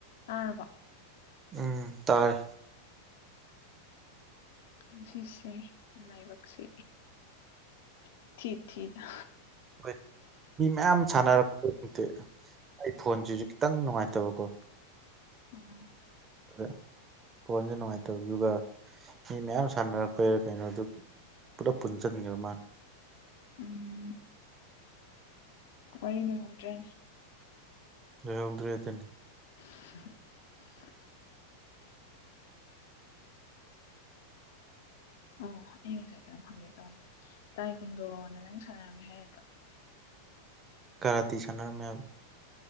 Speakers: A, on the left; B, on the right.
A: ꯇꯥꯔꯕꯣ
B: ꯎꯝ ꯇꯥꯥꯢ
A: ꯉꯁꯤꯁꯦ ꯂꯥꯏꯕꯛꯁꯦ ꯏꯊꯤ ꯊꯤꯗ
B: ꯍꯣꯏ ꯃꯤ ꯃꯌꯥꯝ ꯁꯥꯟꯅꯔꯛꯄ ꯅꯤꯅꯒꯣ ꯑꯩ ꯐꯣꯟꯖꯤꯖꯨ ꯈꯤꯇꯪ ꯅꯨꯡꯉꯥꯏꯇꯕꯀꯣ
A: ꯎꯝ
B: ꯎꯝ ꯐꯣꯟꯁꯦ ꯅꯨꯡꯉꯥꯏꯇꯕꯗꯨꯒ ꯃꯤ ꯃꯌꯥꯝ ꯁꯥꯟꯅꯔꯛꯄꯩꯔ ꯀꯩꯅꯣ ꯑꯗꯨꯒꯤ ꯄꯨꯔꯞ ꯄꯨꯟꯅ ꯆꯠꯃꯤꯟꯅꯕ ꯃꯥꯜꯂꯦ
A: ꯎꯝ ꯋꯥꯔꯤ ꯂꯣꯏꯍꯧꯗ꯭ꯔꯦꯅꯦ
B: ꯂꯣꯏꯍꯧꯗ꯭ꯔꯦꯗ
A: <inaudible> ꯑꯣ ꯑꯩ ꯉꯁꯥꯏ ꯀꯩꯅꯣꯝ ꯍꯪꯒꯦ ꯇꯧꯔꯝꯕꯅꯦ ꯇꯥꯥꯏ ꯀꯨꯟꯗꯣ ꯅꯪ ꯁꯥꯟꯅꯔꯝꯃꯦ ꯍꯥꯏ ꯅꯠꯇ꯭ꯔꯣ
B: ꯀꯥꯔꯇꯤ ꯁꯥꯟꯅꯔꯝꯃꯦ ꯍꯥꯢꯕꯅꯦ